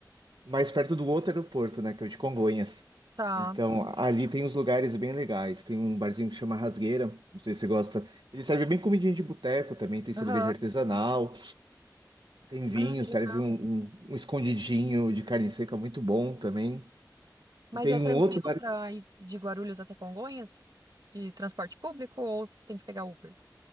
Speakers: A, on the right; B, on the right.
A: mais perto do outro aeroporto, né? Que é o de Congonhas.
B: tá.
A: Então, ali tem uns lugares bem legais. Tem um barzinho que chama Rasgueira, não sei se você gosta. Ele serve bem comidinha de boteco também, tem cerveja
B: Aham.
A: artesanal, tem vinho,
B: Ah, que
A: serve
B: legal.
A: um, um, um escondidinho de carne seca muito bom também.
B: Mas
A: E tem
B: é tranquilo
A: um outro bar.
B: pra ir de Guarulhos até Congonhas? De transporte público ou tem que pegar Uber?